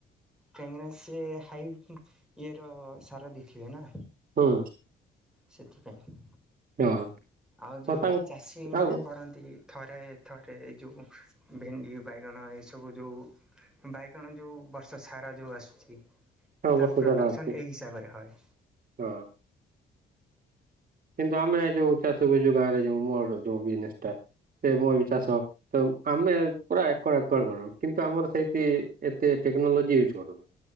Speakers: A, in the centre; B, on the right.
A: କାହିଁକି ନା ସେ ହାଇ ଇଏର ସାରା ଦେଖଇ ଥିବେ ନା।
B: ହଁ।
A: ସେଥିପାଇଁ।
B: ହଁ।
A: ଆଉ ଯୋଉ
B: ହଁ ତାଙ୍କ
A: ଭଳିଆ ଚାଷୀ ମାନେ
B: ଆଉ
A: କରନ୍ତି। ଥରେ ଥରେ ଯେଉଁ ଭେଣ୍ଡି ବାଇଗଣ ଏସବୁ ଯେଉଁ ବାଇଗଣ ଯୋଉ ବର୍ଷ ସାରା ଯୋଉ ଆସୁଛି।
B: ହଁ
A: ତା
B: ବର୍ଷ
A: ପ୍ରଡ଼ାକ୍ସନ୍
B: ସାରା ଅଛି
A: ଏହି ହିସାବରେ ହଏ।
B: ହଁ କିନ୍ତୁ ଆମେ ଯୋଉ ଚାଷ ଯ ଗାଁରେ ଯୋଉ ମୋର ଯୋଉ ବିଜନେସ ଟା ସେ ମୋ ଚାଷ ତ ଆମେ ପୁରା ଏକର ଏକର କର କିନ୍ତୁ ଆମର ସେଇଠି ଏତେ ଟେକ୍ନୋଲୋଜି ୟୁଜ କରୁନୁ।